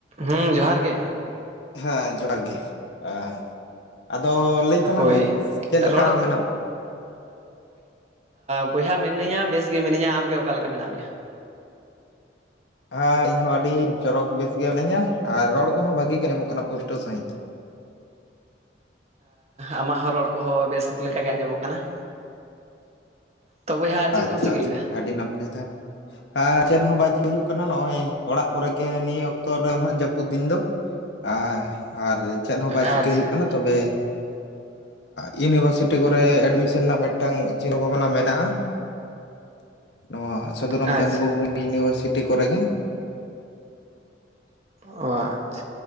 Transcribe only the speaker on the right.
ᱦᱮᱸ ᱡᱚᱦᱟᱨ ᱜᱮ,
ᱦᱳᱭ
ᱨᱚᱲ
ᱵᱚᱭᱦᱟ ᱢᱤᱱᱟᱹᱧᱟ ᱵᱮᱥ ᱜᱮ ᱢᱤᱱᱟᱹᱧᱟ ᱟᱢᱜᱮ ᱚᱠᱟ ᱞᱮᱠᱟ ᱢᱮᱱᱟᱜ ᱢᱮᱭᱟ।
ᱟᱢᱟᱜ ᱦᱚᱸ ᱨᱚᱲ ᱠᱚᱦᱚᱸ ᱵᱮᱥ ᱞᱮᱠᱟᱜᱮ ᱟᱸᱡᱚᱢᱚᱜ ᱠᱟᱱᱟ। ᱛᱚ ᱵᱚᱭᱦᱟ ᱪᱮᱫ
ᱠᱚᱢ ᱪᱤᱠᱟᱹᱭᱮᱫᱟ?
ᱟᱪᱪᱷᱟ
ᱟᱪᱪᱷᱟ
ᱚ ᱟᱪᱪᱷᱟ,